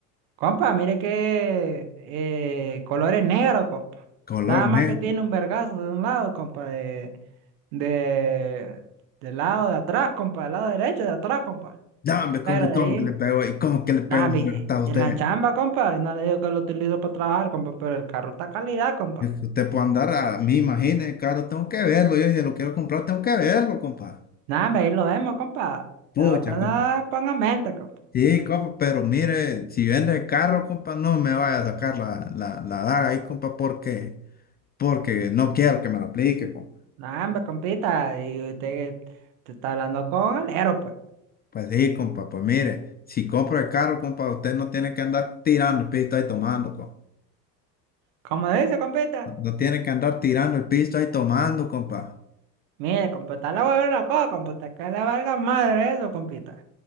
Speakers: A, on the right; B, on the left.
A: Compa, mire que eh, color es negro, compa.
B: Color
A: Nada más
B: negro.
A: que tiene un vergazo de un lado, compa. De, de, del lado de atrás, compa. Del lado derecho de atrás, compa.
B: Dame, ¿cómo,
A: Pero de
B: cómo
A: ahí,
B: que le pegó? ¿Y cómo que le pegó
A: nada, mire,
B: ese rectado
A: en
B: a usted?
A: la chamba, compa. Y no le digo que lo utilizo para trabajar, compa. Pero el carro está calidad, compa.
B: Es que Usted puede andar a mí, imagínese, caro, tengo que verlo. Yo si lo quiero comprar, tengo que verlo, compa.
A: Nada, hombre, ahí lo vemos, compa.
B: Pucha,
A: De otra nada,
B: compi.
A: ponga mente, compa.
B: Sí, compa, pero mire, si vende el carro, compa, no me vaya a sacar la, la, la daga ahí, compa, porque, porque no quiero que me la aplique, compa.
A: No, hombre, compita, y usted, que te está hablando con alero, pues.
B: Pues sí, compa, pues mire, si compro el carro, compa, usted no tiene que andar tirando el pisto ahí tomando, compa.
A: ¿Cómo dice, compita?
B: No tiene que andar tirando el pisto ahí tomando, compa.
A: Mire, compita, le voy a decir una cosa, compita, que le valga madre eso, compita.